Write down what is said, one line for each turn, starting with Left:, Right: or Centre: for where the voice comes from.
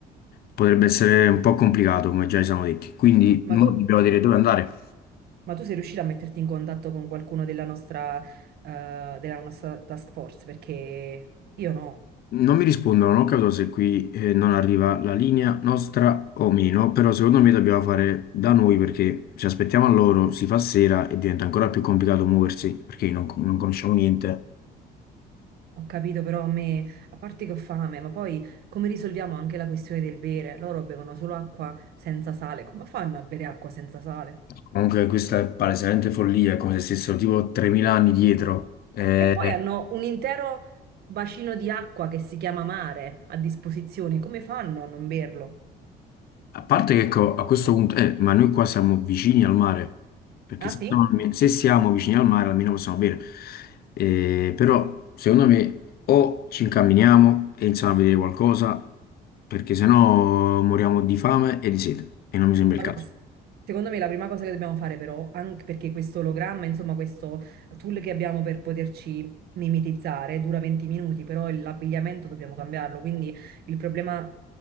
Left: potrebbe essere un po' complicato come già ci siamo detti. Quindi
Right: Ma
Left: mo
Right: tu,
Left: dobbiamo dire dove andare.
Right: ma tu sei riuscita a metterti in contatto con qualcuno della nostra, eh, della nostra task force? Perché io no.
Left: Non mi rispondono, non ho capito se qui eh, non arriva la linea nostra o meno, però secondo me dobbiamo fare da noi perché se aspettiamo a loro si fa sera e diventa ancora più complicato muoversi perché non non conosciamo niente.
Right: Ho capito, però a me, a parte che ho fame, ma poi come risolviamo anche la questione del bere? Loro bevono solo acqua senza sale. Come fanno a bere acqua senza sale?
Left: Comunque questa è palesemente follia, è come se stessero tipo 3.000 anni dietro. Eh,
Right: E poi hanno un intero bacino di acqua che si chiama mare a disposizione. Come fanno a non berlo?
Left: a parte che ecco, a questo punto, eh, ma noi qua siamo vicini al mare, perché
Right: Ah
Left: se
Right: sì?
Left: siamo, se siamo vicini al mare almeno possiamo bere. Eh, però secondo me o ci incamminiamo e iniziamo a vedere qualcosa, perché sennò moriamo di fame e di sete, e non mi sembra
Right: Allora,
Left: il caso.
Right: s- secondo me la prima cosa che dobbiamo fare però, anche perché questo ologramma, insomma questo tool che abbiamo per poterci mimetizzare dura 20 minuti, però il- l'abbigliamento dobbiamo cambiarlo, quindi il problema